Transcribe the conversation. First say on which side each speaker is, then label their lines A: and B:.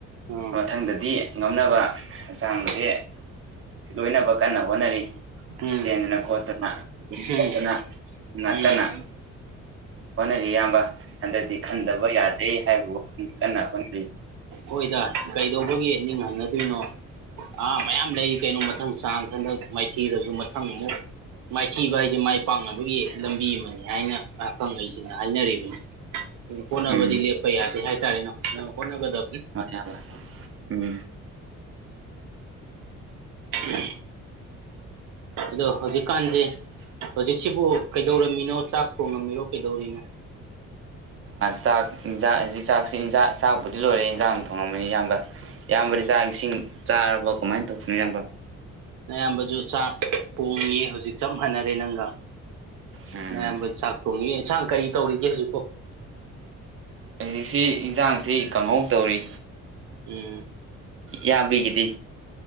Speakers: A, on the right; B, on the right.
A: ꯎꯝ
B: ꯃꯊꯪꯗꯗꯤ ꯉꯝꯅꯕ ꯍꯛꯆꯥꯡꯁꯦ ꯂꯣꯏꯅꯕ ꯀꯟꯅ ꯍꯣꯠꯅꯔꯤ
A: ꯎꯝ
B: ꯆꯦꯟꯗꯅ ꯈꯣꯠꯇꯅ ꯑꯗꯨ
A: ꯎꯝ
B: ꯈꯣꯠꯇꯅ
A: ꯎꯝ
B: ꯀꯟꯅ ꯍꯣꯠꯅꯔꯤ ꯏꯌꯥꯝꯕ ꯍꯟꯗꯛꯇꯗꯤ ꯈꯟꯗꯕ ꯌꯥꯗꯦ ꯍꯥꯏꯕꯕꯨ ꯀꯟꯅ ꯍꯣꯠꯅꯔꯤ
A: ꯍꯣꯏꯗ ꯀꯩꯗꯧꯕꯒꯤ ꯅꯤꯡꯍꯟꯅꯗꯣꯏꯅꯣ ꯑꯥ ꯃꯌꯥꯝ ꯂꯩ ꯀꯩꯅꯣ ꯃꯊꯪ ꯆꯥꯡ ꯍꯟꯗꯛ ꯃꯥꯏꯊꯤꯗꯁꯨ ꯃꯊꯪ ꯑꯃꯨꯛ ꯃꯥꯏꯊꯤꯕ ꯍꯥꯏꯁꯦ ꯃꯥꯏ ꯄꯥꯛꯅꯕꯒꯤ ꯂꯝꯕꯤ ꯑꯃꯅꯤ ꯍꯥꯏꯅ ꯑꯈꯪꯍꯩꯁꯤꯡꯅ ꯍꯥꯏꯅꯔꯤꯕꯅꯤ ꯑꯗꯨ ꯍꯣꯠꯅꯕꯗꯤ
B: ꯎꯝ
A: ꯂꯦꯞꯄ ꯌꯥꯗꯦ ꯍꯥꯏꯇꯥꯔꯦꯅ ꯅꯪ ꯍꯣꯠꯅꯒꯗꯕ
B: ꯍꯔꯕ ꯎꯝ
A: ꯎꯝ ꯑꯗꯣ ꯍꯧꯖꯤꯛꯀꯥꯟꯁꯦ ꯍꯧꯖꯤꯛꯁꯤꯕꯨ ꯀꯩꯗꯧꯔꯝꯃꯤꯅꯣ ꯆꯥꯛ ꯊꯣꯡꯉꯝꯃꯤꯔꯣ ꯩꯗꯧꯔꯤꯅꯦ
B: ꯆꯥꯛ ꯌꯦꯟꯖꯥꯡ ꯍꯧ ꯆꯥꯛꯁꯤ ꯏꯟꯖꯥꯡ ꯆꯥꯛꯕꯨꯨꯗꯤ ꯂꯣꯏꯔꯦ ꯏꯟꯖꯥꯡ ꯊꯣꯡꯉꯝꯃꯅꯤ ꯏꯌꯥꯝꯕ ꯏꯌꯥꯝꯕꯗꯤ
A: ꯎꯝ
B: ꯆꯥꯛ ꯏꯁꯤꯡ ꯆꯥꯔꯕ ꯀꯃꯥꯏꯅ ꯇꯧꯕꯅꯤ ꯅꯕ
A: ꯑꯌꯥꯝꯕꯁꯨ ꯆꯥꯛ ꯍꯣꯡꯉꯤ ꯍꯧꯖꯤꯛ ꯆꯞ ꯐꯅꯔꯦ ꯅꯪꯒ
B: ꯎꯝ
A: ꯑꯌꯥꯝꯕ ꯆꯥꯛ ꯊꯣꯡꯉꯤ ꯌꯦꯟꯁꯥꯡ ꯀꯔꯤ ꯇꯧꯔꯤꯒꯦ ꯍꯧꯖꯤꯛꯄꯣ
B: ꯍꯧꯖꯤꯛꯁꯤ ꯏꯟꯁꯥꯡꯁꯤ ꯀꯥꯡꯪꯍꯧ ꯇꯧꯔꯤ
A: ꯎꯝ
B: ꯌꯥꯝꯕꯤꯒꯤꯗꯤ